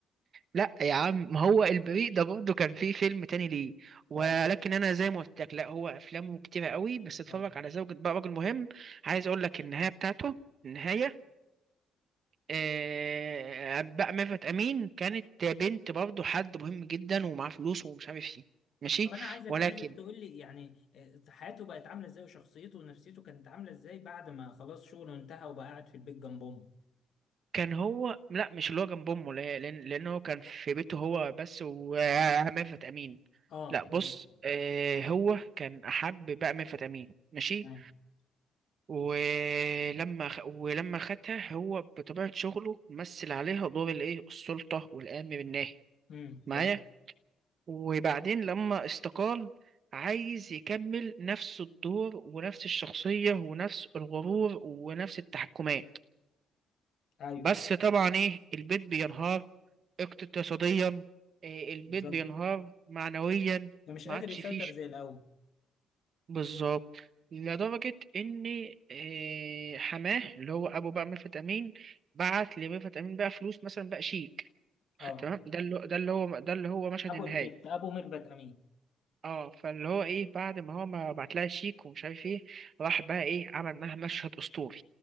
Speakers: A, on the right; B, on the left.
A: لا يا عم ما هو البريء ده برضه كان فيه فيلم تاني ليه ولكن
B: اه
A: انا زي ما قلت لك لا هو افلامه كتيره قوي بس اتفرج
B: اه
A: على زوجة بقى رجل مهم عايز اقول لك النهايه بتاعته النهايه آه بقى ميرفت امين كانت بنت برضه حد مهم جدا ومعاه فلوس ومش عارف ايه ماشي
B: طب انا عايزك
A: ولكن
B: عايزك تقول لي يعني آه، حياته بقت عامله ازاي وشخصيته ونفسيته كانت عامله ازاي بعد ما خلاص شغله انتهى وبقى قاعد في البيت جنب امه
A: كان هو لا مش اللي هو جنب امه لا- لان لان هو كان في بيته هو بس وميرفت <laughs> امين
B: اه
A: لا بص
B: ماشي
A: آه هو كان احب بقى ميرفت امين ماشي
B: تمام
A: ولما خ- ولما خدها هو بطبيعة شغله مثل عليها دور الايه السلطة والأمن بالناهي
B: امم
A: معايا
B: تمام
A: وبعدين لما استقال عايز يكمل نفس الدور ونفس الشخصية ونفس الغرور ونفس التحكمات
B: ايوه
A: بس طبعا ايه البيت بينهار اقتصاديا إيه، البيت
B: بالظبط
A: بينهار معنويا
B: فمش
A: ما
B: قادر
A: عادش
B: يسيطر
A: فيه
B: زي الاول
A: بالظبط لدرجة إن آه، حماه اللي هو أبو بقى ميرفت أمين بعت لميرفت أمين بقى فلوس مثلا بقى شيك
B: اه
A: تمام ده اللي ده اللي هو ده اللي هو مشهد
B: ابو
A: النهاية
B: البيت ابو ميرفت امين
A: اه فاللي هو ايه بعد ما هو ما بعت لها شيك ومش عارف ايه راح بقى ايه عمل معاها مشهد اسطوري